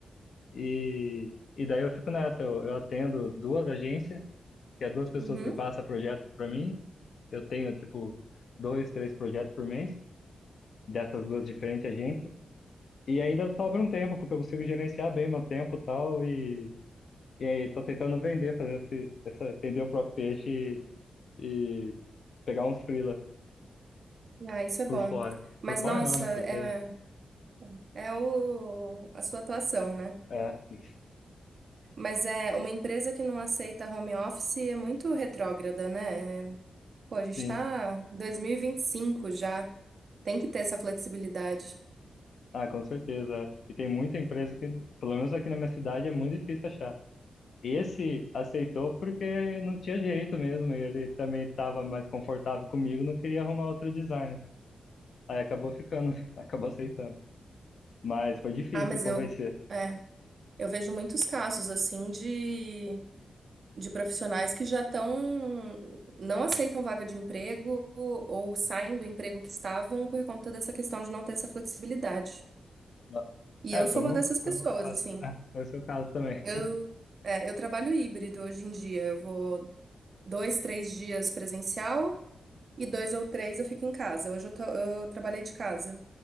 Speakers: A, on the left; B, on the right.
A: e e daí eu fico nessa. Eu, eu atendo duas agências, que é duas pessoas
B: uhum.
A: que passam projeto para mim. Eu tenho tipo dois, três projetos por mês. dessas duas diferentes agências. E ainda sobra um tempo, porque eu consigo gerenciar bem meu tempo e tal, e, e aí tô tentando vender, fazer esse, essa, vender o próprio peixe e, e pegar uns freela
B: Ah, isso é bom.
A: por fora.
B: Mas,
A: Por fora
B: nossa,
A: não, né?
B: é,
A: Porque não,
B: é o, a sua atuação, né?
A: é, sim.
B: Mas é uma empresa que não aceita home office é muito retrógrada, né? É, Pô, a gente
A: Sim.
B: tá em 2025 já. Tem que ter essa flexibilidade.
A: Ah, com certeza. é. E tem muita empresa que, pelo menos aqui na minha cidade, é muito difícil achar. Esse aceitou porque não tinha jeito mesmo, e ele também estava mais confortável comigo, não queria arrumar outro designer. Aí acabou ficando, <laughs> acabou aceitando. Mas foi difícil
B: Ah, mas
A: convencer.
B: eu, é, eu vejo muitos casos assim de de profissionais que já estão, não aceitam vaga de emprego ou saem do emprego que estavam por conta dessa questão de não ter essa flexibilidade.
A: Ah,
B: E
A: É,
B: eu sou
A: foi o
B: uma
A: meu,
B: dessas pessoas,
A: foi o meu caso.
B: assim.
A: É, foi o seu caso também.
B: Eu, é, eu trabalho híbrido hoje em dia. Eu vou dois, três dias presencial e dois ou três eu fico em casa. Hoje eu, tô- eu trabalhei de casa,